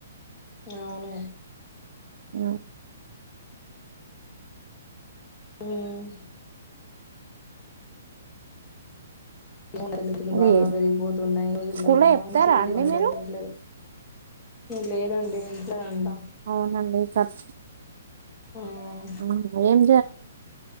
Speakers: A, on the left; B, on the right.
A: అవును
B: మ్
A: మ్ ఏమో ఖర్చులు
B: అది
A: బాగా పెరిగిపోతున్నాయి రోజుల్లలా
B: స్కూల్లో చెప్తారా
A: మంచియేది
B: అండి
A: వండేటట్లు
B: మీరు
A: లేదు లేదండి ఇంట్లో ఉంటం
B: అవునండి సస్
A: ఉమ్
B: ఆ ఏం